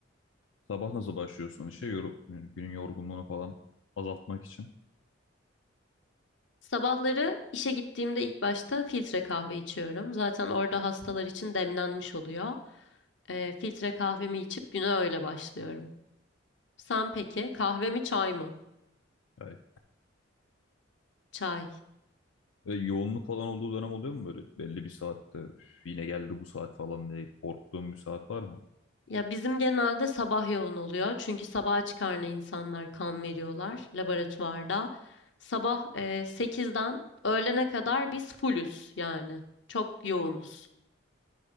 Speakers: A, on the left; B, on the left.
A: Sabah nasıl başlıyorsun işe? Yorul yani günün yorgunluğunu falan azaltmak için.
B: Sabahları işe gittiğimde ilk başta filtre kahve içiyorum. Zaten orada hastalar için demlenmiş oluyor. Ee, filtre kahvemi içip güne öyle başlıyorum. Sen peki kahve mi çay mı?
A: Yani
B: Çay.
A: Ve yoğunluk falan olduğu dönem oluyor mu böyle belli bir saatte "Üf, yine geldi bu saat falan diye korktuğum bir saat var mı?
B: Ya bizim genelde sabah yoğun oluyor. Çünkü sabaha çıkarına insanlar kan veriyorlar laboratuvarda. Sabah e, 8'den öğlene kadar biz fullüz yani. Çok yoğunuz.